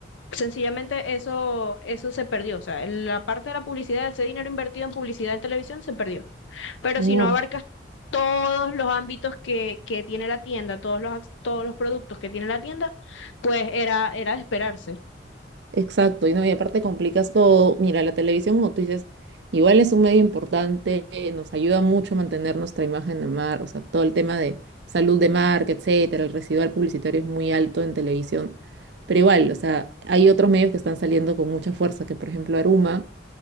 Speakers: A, on the left; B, on the right.
A: sencillamente eso, eso se perdió, o sea, la parte de la publicidad, ese dinero invertido en publicidad en televisión se perdió, pero
B: No,
A: si no abarcas todos los ámbitos que, que tiene la tienda, todos los, ac- todos los productos que tiene la tienda, pues era, era de esperarse.
B: Exacto, y no, y aparte complicas todo. Mira, la televisión, como tú dices, igual es un medio importante, eh, nos ayuda mucho a mantener nuestra imagen de mar, o sea, todo el tema de salud de marca, etcétera, el residual publicitario es muy alto en televisión, pero igual, o sea, hay otros medios que están saliendo con mucha fuerza, que por ejemplo Aruma,